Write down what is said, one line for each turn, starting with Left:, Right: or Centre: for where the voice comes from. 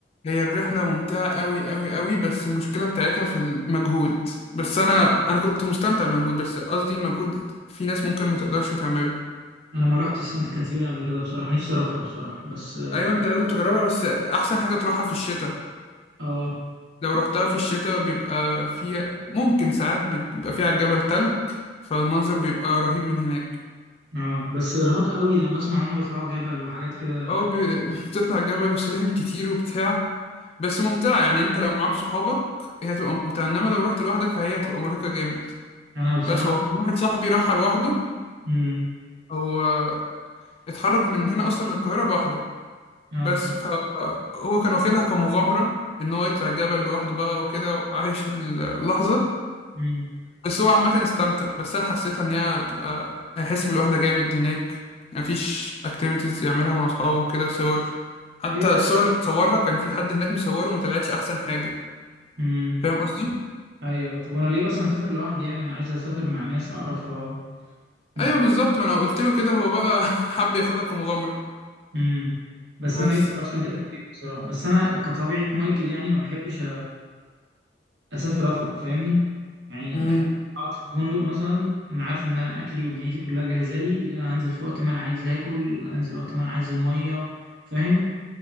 Left: هي الرحلة ممتعة أوي أوي أوي بس المشكلة بتاعتها في المجهود بس أنا أنا كنت مستمتع بالمجهود بس قصدي المجهود في ناس ممكن ما تقدرش تعمله
Right: انا ما رحتش سانتا كاترين قبل كده بصراحة نفسي اروحها بصراحة بس اه
Left: أيوة أنت لازم تجربها بس أحسن حاجة تروحها في الشتاء
Right: آه.
Left: لو رحتها في الشتاء بيبقى في ممكن ساعات بيبقى فيه على الجبل تلج فالمنظر بيبقى رهيب من هناك
Right: اه بس ارهاق قوي انا بسمع ان هم بيطلعوا الجبل وحاجات كده
Left: أو بي- <laughs> بتطلع الجبل وسلالم كتير وبتاع بس ممتعة يعني أنت لو معاك صحابك هي هتبقى ممتعة إنما لو رحت لوحدك فهي هتبقى مرهقة جامد
Right: انا بصراحه
Left: بس هو كان واحد صاحبي راحها لوحده
Right: امم
Left: هو اتحرك من هنا اصلا من القاهره لوحده
Right: اه
Left: بس فهو كان واخدها كمغامره ان هو يطلع الجبل لوحده بقى وكده وعايش اللحظه
Right: امم
Left: بس هو عامه استمتع بس انا حسيتها ان هي تبقى هيحس بالوحده جامد هناك مفيش اكتيفيتيز يعملها مع اصحابه كده صور حتى
Right: ايوه
Left: الصور اللي صورها كان في حد هناك مصوره وما طلعتش احسن حاجه
Right: امم
Left: فاهم قصدي
Right: ايوه طب انا ليه اصلا اسافر لوحدي يعني انا عايز اسافر مع ناس اعرفها نت...
Left: ايوه بالظبط انا قلت له كده هو بقى <laughs> حب ياخدها كمغامره
Right: امم بس
Left: بس
Right: انا ليه بصراحه عشان تكلم بصراحه بس انا كطبيعه مايكل يعني ما بحبش أ- اسافر افرق فاهمني يعني
Left: امم
Right: بحب اقعد في فندق مثلا انا عارف ان انا اكلي ودنيتي كلها جاهزه لي أنا هنزل في وقت ما انا عايز اكل انزل وقت ما انا عايز الميه فاهم